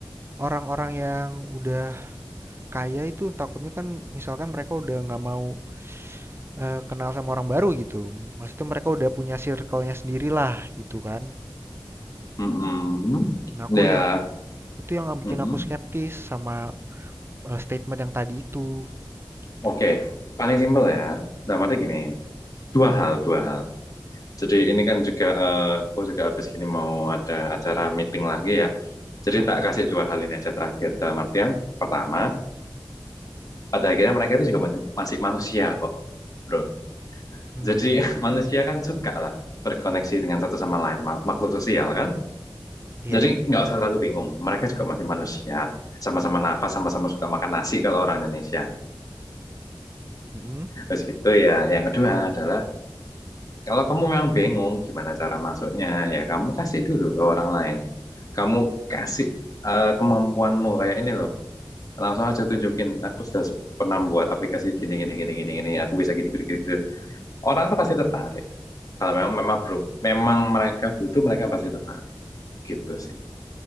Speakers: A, on the right; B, on the left.
A: Orang-orang yang udah kaya itu takutnya kan misalkan mereka udah nggak mau eh, kenal sama orang baru gitu. Maksudnya mereka udah punya circle-nya sendirilah gitu kan.
B: Mm-mm.
A: Nah, aku
B: Ya,
A: yang itu yang bikin
B: mm-mm.
A: aku skeptis sama eh, statement yang tadi itu.
B: Oke.
A: Tuh.
B: Paling simpel ya. Dan berarti gini, dua hal, dua hal. Jadi ini kan juga, eh, aku juga habis gini mau ada acara meeting lagi ya. Jadi
A: Oh,
B: tak
A: yes.
B: kasih dua hal ini aja terakhir. Dalam artian, pertama, pada akhirnya mereka itu juga manu- masih manusia kok, bro.
A: Hmm.
B: Jadi <laughs> manusia kan suka lah berkoneksi dengan satu sama lain, ma- makhluk sosial kan.
A: Iya,
B: Jadi
A: iya. <laughs> iya.
B: nggak usah terlalu bingung, mereka juga masih manusia. Sama-sama nafas, sama-sama suka makan nasi kalau orang Indonesia.
A: Mm-mm.
B: Terus gitu ya, yang kedua adalah, kalau kamu memang bingung gimana cara masuknya, ya kamu kasih dulu ke orang lain. Kamu kasih eh, kemampuanmu kayak ini loh. Langsung aja tunjukin, aku sudah se- pernah buat aplikasi gini, gini, gini, gini, gini. Aku bisa gini, gini, gini, gini. orang tuh pasti tertarik. Kalau memang memang bro, memang mereka butuh, mereka pasti tertarik. Gitu sih.